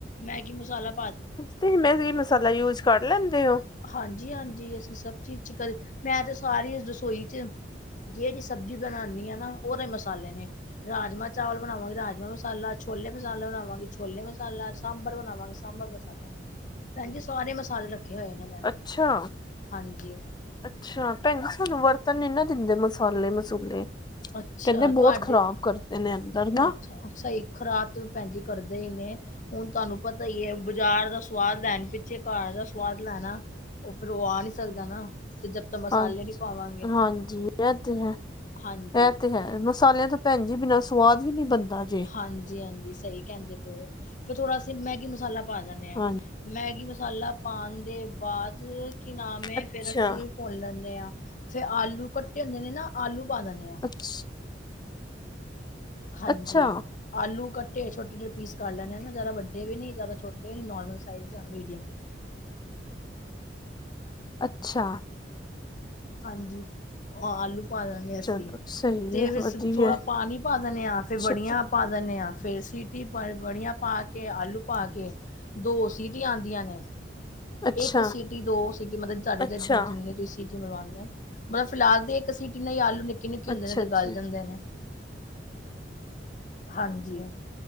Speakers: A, on the left; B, on the left.
A: ਮੈਗੀ ਮਸ਼ਾਲਾ।
B: ਤੁਸੀਂ ਮੈਗੀ ਮਸਾਲਾ ਯੂਜ ਕਰ ਲੈਂਦੇ ਹੋ।
A: ਹਾਂਜੀ ਹਾਂਜੀ ਅਸੀਂ ਸਭ ਚੀਜ਼ ਚ ਕਰੀ ਮੈਂ ਤੇ ਸਾਰੀ ਰਸੋਈ ਚ ਜਿਹੜੀ ਸਬਜ਼ੀ ਬਣਾਦੀ ਆ ਨਾ ਉਹਦੇ ਮਸਾਲੇ ਨੇ ਰਾਜਮਾਂ ਚਾਵਲ ਬਣਾਵਾਂਗੇ ਰਾਜਮਾਂ। ਮਸਾਲਾ ਛੋਲੇ ਮਸਾਲਾ ਬਣਾਵਾਂਗੇ। ਛੋਲੇ ਮਸਾਲਾ ਸਾਂਬਰ ਬਣਾਵਾਂਗੇ ਸਾਂਬਰ ਮਸਾਲਾ ਭੈਣ ਜੀ ਸਾਰੇ ਮਸਾਲੇ ਰੱਖ ਰੱਖੇ ਹੋਏ ਨੇ ਮੈਂ
B: ਅੱਛਾ
A: ਹਾਂਜੀ।
B: ਅੱਛਾ ਭੈਣ ਜੀ ਸਾਨੂੰ ਵਰਤਨ ਨੀ ਨਾ ਦਿੰਦੇ ਮਸਾਲੇ ਮਸੂਲੇ
A: ਅੱਛਾ
B: ਕਹਿੰਦੇ ਬਹੁਤ
A: ਤੁਹਾਡੇ
B: ਖ਼ਰਾਬ ਕਰਦੇ ਨੇ ਅੰਦਰ ਨਾ
A: ਅੱਛਾ ਸਹੀ ਖਰਾਤ ਭੈਣ ਜੀ ਕਰਦੇ ਹੀ ਨੇ ਹੁਣ ਤੁਹਾਨੂੰ ਪਤਾ ਹੀ ਐ ਬਜ਼ਾਰ ਦਾ ਸਵਾਦ ਲੈਣ ਪਿੱਛੇ ਘਰ ਦਾ ਸਵਾਦ ਲੈਣਾ ਉਹ ਫਿਰ ਉਹ ਆ ਨਹੀਂ ਸਕਦਾ ਨਾ ਤ ਮਸਾਲੇ
B: ਹਾਂਜੀ
A: ਨਹੀਂ ਪਾਵਾਂਗੇ
B: ਹਾਂਜੀ, ਇਹ ਤੇ ਹੈ
A: ਹਾਂਜੀ
B: ਇਹ ਤੇ ਹੈ ਮਸਾਲਿਆਂ ਤਾਂ ਭੈਣ ਜੀ ਬਿਨਾਂ ਸਵਾਦ ਵੀ ਨੀ ਬਣਦਾ ਜੇ
A: ਹਾਂਜੀ ਹਾਂਜੀ ਸਹੀ ਕਹਿੰਦੇ ਪਏ ਹੋ ਫੇਰ ਥੋੜਾ ਅਸੀਂ ਮੈਗੀ ਮਸਾਲਾ ਪਾ ਦਿੰਦੇ ਹਾਂ।
B: ਹਾਂਜੀ
A: ਮੈਗੀ ਮਸਾਲਾ ਪਾਣ ਦੇ ਬਾਅਦ ਕੀ ਨਾਮ ਐ
B: ਅੱਛਾ
A: ਫੇਰ ਅਸੀਂ, ਭੁੰਨ ਲੈਂਦੇ ਹਾਂ ਫੇਰ ਆਲੂ ਕੱਟੇ ਹੁੰਦੇ ਨੇ ਨਾ ਆਲੂ ਪਾ ਦਿੰਦੇ ਹਾਂ।
B: <inaudible>
A: ਹਾਂਜੀ,
B: ਅੱਛਾ,
A: ਆਲੂ ਕੱਟੇ ਛੋਟੇ ਛੋਟੇ ਪੀਸ ਕਰ ਲੈਂਦੇ‌ ਜਿਆਦਾ ਵੱਡੇ ਵੀ ਨਹੀਂ ਜ਼ਿਆਦਾ ਛੋਟੇ ਵੀ ਨਹੀਂ ਨੋਰਮਲ ਸਾਈਜ਼ ਮੀਡੀਅਮ।
B: ਅੱਛਾ
A: ਹਾਂਜੀ ਆਲੂ, ਪਾ ਦਿੰਦੇ ਆ ਅਸੀਂ
B: ਚਲੋ
A: ਅਤੇ
B: ਸਹੀ ਹੈ
A: ਫਿਰ
B: ਵਧੀਆ
A: ਥੋੜ੍ਹਾ ਪਾਣੀ ਪਾ ਦਿੰਦੇ ਹਾਂ ਫਿਰ
B: ਚਲੋ
A: ਬੜੀਆਂ ਪਾ ਦਿੰਦੇ ਹਾਂ ਫਿਰ ਸੀਟੀ ਪਾ ਬੜੀਆਂ ਪਾ ਕੇ ਆਲੂ ਪਾ ਕੇ। ਦੋ ਸੀਟੀਆਂ ਹੀ ਆਂਦੀਆਂ ਨੇ।
B: ਅੱਛਾ,
A: ਇੱਕ ਸਿਟੀ ਦੋ ਸਿਟੀ ਮਤਲਬ ਤੁਹਾਡੇ
B: ਅੱਛਾ,
A: ‌ ਜਿੰਨੀ ਤੁਸੀਂ ਵਾ ਮਤਲਬੇ ਫਿਲਹਾਲ ਦੇ ਇੱਕ ਸੀਟੀ ਨਾਲ ਆਲੂ ਨਿ, ਕੇ ਨਿੱਕੇ ਹੁੰਦੇ
B: ਅੱਛਾ,
A: ਨੇ ਤੇ
B: ਅੱਛਾ
A: ਗੱਲ ਜਾਂਦੇ ਨੇ ਹਾਂਜੀ।